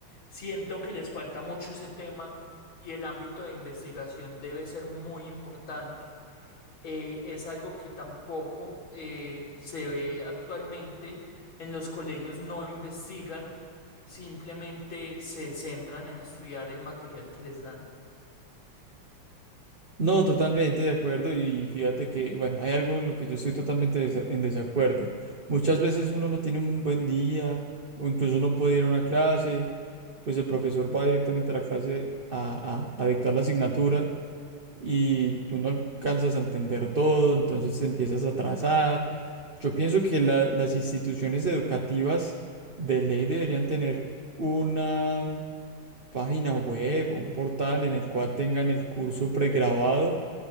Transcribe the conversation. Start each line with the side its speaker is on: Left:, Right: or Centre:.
Left: Siento que les falta mucho ese tema y el ámbito de investigación debe ser muy importante. Eh, es algo que tampoco eh, se ve actualmente. En los colegios no investigan, simplemente se centran en estudiar el material que les dan.
Right: No, totalmente de acuerdo y fíjate que, bueno, hay algo en lo que yo estoy totalmente desa- en desacuerdo. Muchas veces uno no tiene un buen día o incluso no puede ir a una clase, pues el profesor va directamente a la clase a, a, a dictar la asignatura y tú no alcanzas a entender todo, entonces te empiezas a atrasar. Yo pienso que la- las instituciones educativas de ley deberían tener una página web o un portal en el cual tengan el curso pregrabado